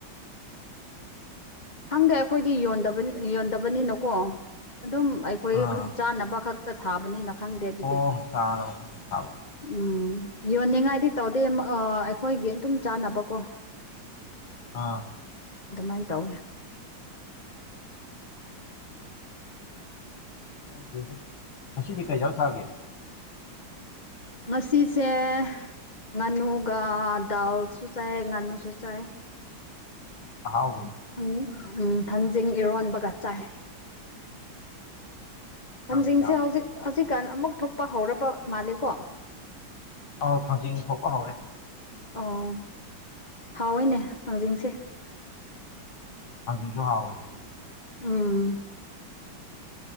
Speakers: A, on the left (about 25°); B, on the left (about 90°).
A: ꯍꯪꯗꯦ ꯑꯩꯈꯣꯏꯗꯤ ꯌꯣꯟꯗꯕ ꯌꯣꯟꯗꯕꯅꯤꯅꯀꯣ ꯑꯗꯨꯝ ꯑꯩꯈꯣꯏ
B: ꯑꯥ
A: ꯆꯥꯅꯕ ꯈꯛꯇ ꯊꯥꯕꯅꯤꯅ ꯈꯪꯗꯦ ꯑꯗꯨꯗꯤ
B: ꯑꯣ ꯆꯥꯔꯕ ꯐꯖꯅ ꯊꯥꯕ
A: ꯎꯝ ꯌꯣꯟꯅꯤꯡꯉꯥꯏꯗꯤ ꯇꯧꯗꯦ ꯑꯩꯈꯣꯏꯒꯤ ꯑꯗꯨꯝ ꯆꯥꯅꯕꯀꯣ
B: ꯑꯥ
A: ꯑꯗꯨꯃꯥꯏꯅ ꯇꯧꯋꯤ
B: ꯍ ꯑꯗꯨ ꯃꯁꯤ ꯄꯤ ꯀꯩꯖꯔ ꯁꯥꯒꯦ
A: ꯉꯁꯤꯁꯦ ꯉꯥꯅꯨꯒ ꯗꯜꯁꯨ ꯆꯥꯏ ꯉꯥꯅꯨꯁꯨ ꯆꯥꯏ
B: ꯑꯩ ꯆꯥꯎ
A: ꯎꯝ ꯊꯟꯖꯤꯡ ꯏꯔꯣꯟꯕꯒ ꯆꯥꯏ
B: ꯏꯟꯖꯥꯡꯁꯨ
A: ꯊꯥꯡꯖꯤꯡꯁꯦ
B: ꯌꯥꯝꯃꯦ
A: ꯍꯧꯖꯤꯛ ꯍꯧꯖꯤꯛꯀꯥꯟ ꯑꯃꯨꯛ ꯊꯣꯛꯄ ꯍꯧꯔꯕ ꯃꯥꯜꯂꯦꯀꯣ
B: ꯑꯥꯎ ꯊꯥꯡꯖꯤꯡ ꯊꯣꯛꯄ ꯍꯧꯔꯦ
A: ꯑꯣ ꯍꯥꯎꯑꯣꯅꯦ ꯇꯥꯡꯖꯤꯡꯁꯦ
B: ꯍꯖꯤ ꯀꯕꯦ
A: ꯑꯥ